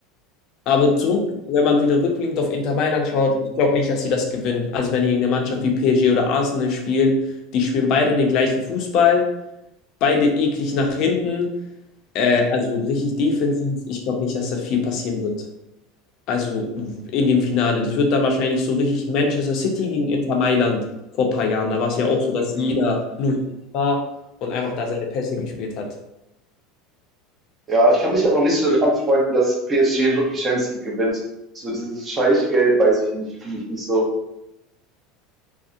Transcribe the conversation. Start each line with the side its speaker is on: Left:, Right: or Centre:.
Left: Aber zurück, wenn man wieder rückblickend auf Inter Mailand schaut, ich glaube nicht, dass sie das gewinnen. Also wenn die gegen eine Mannschaft wie PSG oder Arsenal spielen, die spielen beide den gleichen Fußball, beide eklig nach hinten, äh, also richtig defensiv. Ich glaube nicht, dass da viel passieren wird. Also in dem Finale. Das wird dann wahrscheinlich so richtig Manchester City gegen Inter Mailand vor ein paar Jahren. Da war es ja auch so, dass
Right: Hm.
Left: jeder nur war und einfach da seine Pässe gespielt hat.
Right: Ja, ich kann mich aber noch nicht so damit anfreunden, dass PSG wirklich Champions League gewinnt. So dieses Scheichgeld, weiß ich nicht, finde ich nicht so.